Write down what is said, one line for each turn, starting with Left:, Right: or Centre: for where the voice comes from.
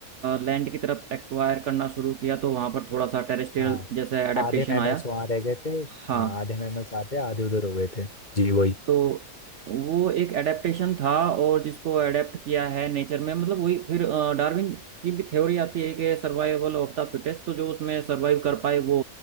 Right: लैंड की तरफ एक्वायर करना शुरू किया तो वहाँ पर थोड़ा सा टेरेस्ट्रियल
Left: हाँ
Right: जैसा एडेप्टेशन
Left: आधे मैमल्स
Right: आया
Left: वहाँ रह गए थे
Right: हाँ
Left: हाँ आधे मैमल्स आते आधे उधर हो गए थे जी वही
Right: तो वो एक एडेप्टेशन था और जिसको एडेप्ट किया है नेचर में मतलब वही फिर डार्विन की भी थ्योरी आती है कि सर्वाइवल ऑफ द फिटेस्ट तो जो उसमें सर्वाइव कर पाए वो